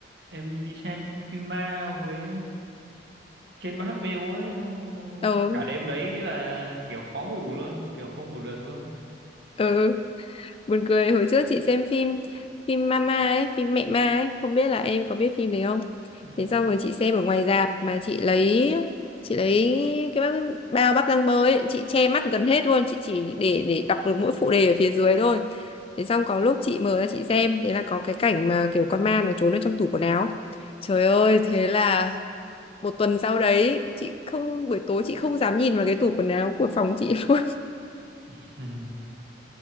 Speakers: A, on the right (about 65°); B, on the left (about 30°).
A: em đi xem phim ma với trên bát bêu ấy không
B: ờ
A: cả đêm đấy cái là kiểu khó ngủ luôn kiểu không ngủ được luôn
B: ừ. Buồn cười, hồi trước chị xem phim phim Mama ấy, phim mẹ ma ấy, không biết là em có biết phim đấy không?
A: ừ.
B: Thế xong rồi chị xem ở ngoài rạp mà chị lấy chị lấy cái bao, bao bắp rang bơ ấy, chị che mắt gần hết luôn, chị chỉ để để đọc được mỗi phụ đề ở phía dưới thôi. Thế xong có lúc chị mở ra chị xem, thế là có cái cảnh mà kiểu con ma nó trốn ở trong tủ quần áo. Trời ơi, thế là một tuần sau đấy, chị không buổi tối chị không dám nhìn vào cái tủ quần áo của phòng chị <laughs> luôn,
A: <laughs>